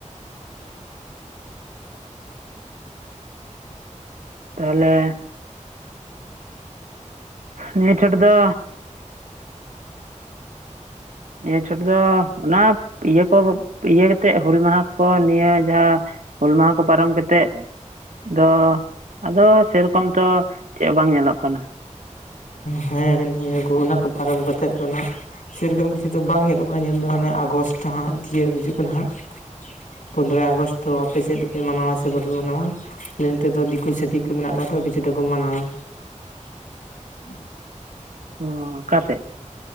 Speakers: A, on the right; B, on the left.
A: ᱛᱟᱦᱚᱞᱮ ᱱᱤᱭᱟᱹ ᱪᱷᱚᱴ ᱫᱚ ᱱᱤᱭᱟᱹ ᱪᱷᱚᱴ ᱫᱚ ᱚᱱᱟ ᱤᱭᱟᱹ ᱠᱚ ᱤᱭᱟᱹ ᱠᱟᱛᱮᱫ ᱦᱩᱞ ᱢᱟᱦᱟ ᱠᱚ ᱱᱤᱭᱟᱹ ᱡᱟᱦᱟᱸ ᱦᱩᱞ ᱢᱟᱦᱟ ᱠᱚ ᱯᱟᱨᱚᱢ ᱠᱟᱛᱮ ᱟᱫᱚ ᱟᱫᱚ ᱥᱮᱨᱚᱠᱚᱢ ᱛᱚ ᱪᱮᱫ ᱦᱚᱸ ᱵᱟᱝ ᱧᱮᱞᱚᱜ ᱠᱟᱱᱟ ᱾
B: ᱦᱮᱸ ᱱᱤᱭᱟᱹ ᱠᱚ ᱚᱱᱟᱠᱚ ᱯᱟᱨᱚᱢ ᱠᱟᱛᱮᱫ ᱫᱚ ᱱᱟᱦᱟᱜ ᱥᱮᱨᱚᱠᱚᱢ ᱵᱮᱥᱤ ᱫᱚ ᱵᱟᱝ ᱧᱮᱞᱚᱜᱚᱜ-ᱟ ᱧᱮᱞ ᱫᱚ ᱦᱟᱱᱮ ᱟᱜᱚᱥᱴ ᱦᱟᱸᱜ ᱛᱤᱭᱟᱹᱜ ᱦᱤᱡᱩᱜ ᱠᱟᱱᱟ ᱦᱟᱸᱜ ᱾ ᱯᱚᱸᱫᱽᱨᱚᱭ ᱟᱜᱚᱥᱴ ᱫᱚ ᱟᱯᱮ ᱥᱮᱫ ᱫᱚᱯᱮ ᱢᱟᱱᱟᱣᱟ ᱥᱮ ᱵᱟᱯᱮ ᱢᱟᱱᱟᱣᱟ? ᱟᱞᱮ ᱱᱚᱛᱮ ᱫᱚ ᱫᱤᱠᱩ ᱪᱷᱟᱹᱛᱤᱠ ᱠᱚ ᱢᱮᱱᱟᱜ ᱠᱚᱣᱟ ᱛᱚ ᱠᱤᱪᱷᱩᱴᱟ ᱠᱚ ᱢᱟᱱᱟᱣᱟ ᱾ <inaudible>
A: ᱚ ᱚᱠᱟᱥᱮᱜ?